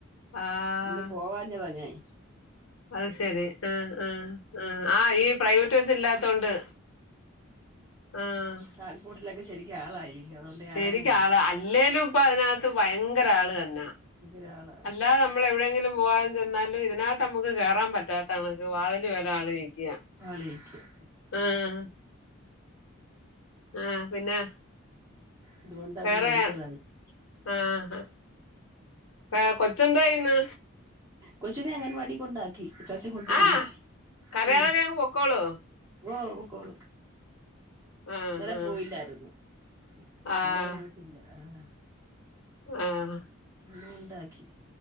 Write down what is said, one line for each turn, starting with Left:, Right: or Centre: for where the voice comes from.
Left: ആഹ്
Right: ഇന്ന് പോവാഞ്ഞതാ ഞാൻ
Left: അത് ശെരി ആഹ് ആഹ് ആഹ് ആഹ് ഈ പ്രൈവറ്റ് ബസ്സില്ലാത്തോണ്ട്. ആഹ്
Right: കാഴിക്കോട്ടിലൊക്കെ ശെരിക്കും ആളായിരിക്കും അതുകൊണ്ട് ഞാനങ്ങ്
Left: ശെരിക്ക്
Right: മടിച്ചു
Left: ആള് അല്ലേലും ഇപ്പൊ അതിനകത്ത് ഭയങ്കര ആള്തന്നാ
Right: ഭയങ്കര ആളാ
Left: അല്ലാതെ നമ്മള് എവിടേങ്കിലും പോകാൻ ചെന്നാല് ഇതിനകത്ത് ഞമ്മക്ക് കേറാൻ പറ്റാത്ത കണക്ക് വാതില് വരാ ആള് നിക്ക
Right: ആളായിരിക്കും
Left: ആഹ് ആഹ് പിന്നെ
Right: അത് കൊണ്ടക്കെ
Left: വേറെ
Right: മടിച്ചതായിരിക്കും
Left: ആഹ് ആഹ് കൊച്ചെന്തായ്ന്ന്
Right: കൊച്ചിനെ അംഗൻവാടി കൊണ്ടാക്കി ചച്ച കൊണ്ട്പോയി
Left: ആഹ് കരയാതൊക്കെ
Right: ഉം
Left: അങ്ങ് പൊക്കോളൂ
Right: വോ പൊക്കോളും
Left: ആഹ്
Right: ഇന്നലെ
Left: ആഹ്
Right: പോയില്ലാര്ന്നു
Left: ആഹ്
Right: ഇന്നലെ അയിനെ വിട്ടില്ല ആഹ് ആഹ്
Left: ആഹ്
Right: ന്ന്കൊണ്ടാക്കി